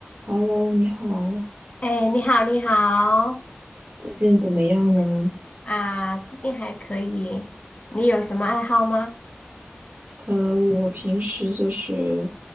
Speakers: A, on the right; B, on the left.
A: Hello，你好，
B: 哎，你好，你好
A: 最近怎么样呢？
B: 啊，最近还可以。你有什么爱好吗？
A: 呃，我平时就是